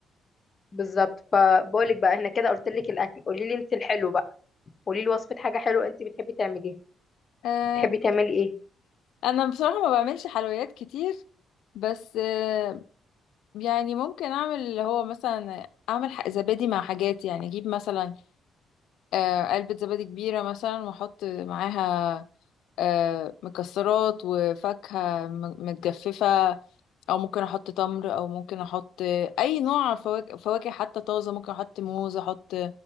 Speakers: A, on the left; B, on the left.
A: بالظبط فبقولك بقى احنا كده قلت لك الاكل قولي لي انت الحلو بقى قولي لي وصفه حاجه حلوه انت بتحبي تعمليها
B: تانية
A: بتحبي تعملي ايه
B: انا بصراحة ما بعملش حلويات كتير بس آه، يعني ممكن اعمل اللي هو مثلا اعمل ح- زبادي مع حاجات يعني اجيب مثلا آه، علبة زبادي كبيرة مثلا واحط معاها آه، مكسرات وفاكهة م- متجففة او ممكن احط تمر او ممكن احط اي نوع فواكه, فواكه حتى طازة ممكن احط موز احط